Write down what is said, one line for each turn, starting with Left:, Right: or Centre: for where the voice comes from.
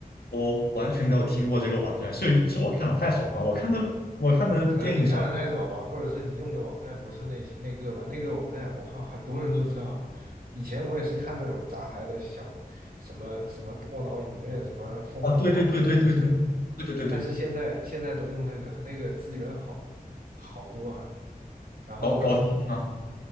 Left: 我完全没有听过这个网站，所以是我看的太少吗？我看的我看的电影啥
Right: 可能你看的太少吧，或者是你用的网站不是那些那个吧，那个网站我靠，很多人都知道啊。以前我也是看那种杂牌的小什么什么多脑影院、什么风铃网之类这些，
Left: 啊？对对对对对对对对对对，
Right: 但是现在现在都用那个那个资源好好多啊，然后
Left: 高高清吗？